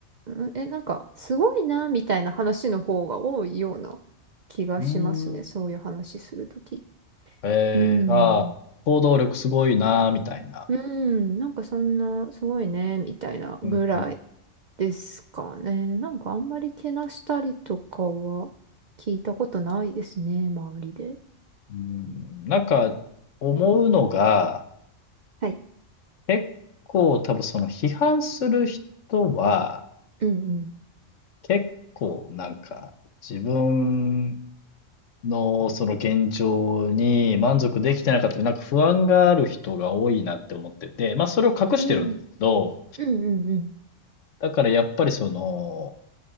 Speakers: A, on the right; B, on the left.
A: うんえ、なんかすごいな、みたいな話の方が多いような気がしますね。
B: うーん。
A: そういう話するとき。
B: えー、
A: うん。
B: ああ、行動力すごいなー、みたいな。
A: うん、なんかそんな、すごいね、みたいなぐらい
B: うん、うん。
A: ですかね。なんかあんまりけなしたりとかは聞いたことないですね、周りで。
B: うん、なんか、思うのが、
A: はい。
B: 結構多分その批判する人は、
A: うん
B: 結構なんか、自分の、その現状に満足できてなかったり、なんか不安がある人が多いなって思ってて、まあそれを隠してるんですけど、
A: うん。うん。うんうんうん。
B: だからやっぱりその、